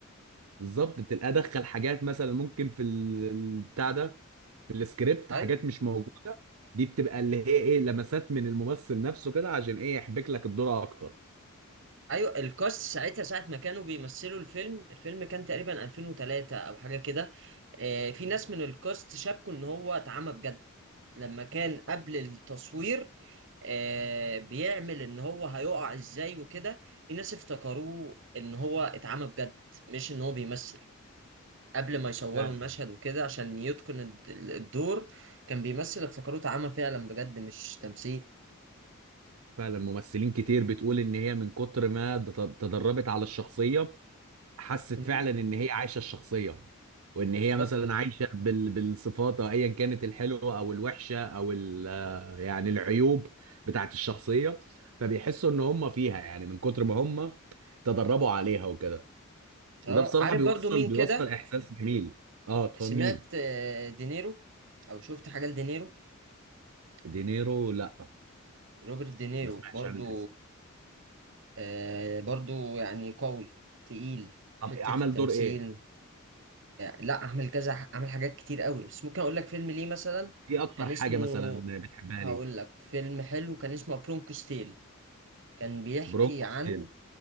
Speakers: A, on the right; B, on the right.
A: بالظبط بتبقى ادخل حاجات مثلا ممكن في ال- البتاع ده في السكريبت
B: ايوه
A: حاجات مش موجوده دي بتبقى اللي هي ايه لمسات من الممثل نفسه كده عشان ايه يحبك لك الدور اكتر
B: ايوه الكاست ساعتها ساعه ما كانوا بيمثلوا الفيلم الفيلم كان تقريبا 2003 او حاجه كده آه، في ناس من الكاست شابكوا ان هو اتعمى بجد لما كان قبل التصوير آه، بيعمل ان هو هيقع ازاي وكده الناس افتكروه ان هو اتعمى بجد مش ان هو بيمثل قبل ما يصوروا
A: فعلا
B: المشهد وكده عشان يتقن الد- الدور كان بيمثل افتكروه اتعمى فعلا بجد مش تمثيل
A: فعلا ممثلين كتير بتقول ان هي من كتر ما تد- تدربت على الشخصيه حست
B: مم.
A: فعلا ان هي عايشه الشخصيه وان
B: بالظبط
A: هي مثلا عايشه بال... بالصفات أو ايا كانت الحلوه او الوحشه او ال... آه، يعني العيوب بتاعت الشخصيه فبيحسوا ان هم فيها يعني من كتر ما هم تدربوا عليها وكده وده
B: اه
A: بصراحه
B: عارف
A: بيوصل
B: برضو مين
A: بيوصل
B: كده
A: احساس جميل اه طب
B: سمعت
A: مين
B: آه، دينيرو او شفت حاجه لدينيرو
A: دينيرو لا
B: روبرت دينيرو
A: ما سمعتش
B: برضو
A: عن الاسم
B: آه برضو يعني قوي تقيل حته
A: طب عمل
B: التمثيل
A: دور ايه
B: لا اعمل كذا اعمل حاجات كتير قوي بس ممكن اقول لك فيلم ليه مثلا
A: ايه اكتر
B: كان
A: حاجه
B: اسمه
A: مثلا بتحبها
B: هقول
A: ليه
B: لك فيلم حلو كان اسمه برونكوس تيل كان بيحكي
A: برونكو
B: عن
A: ستيل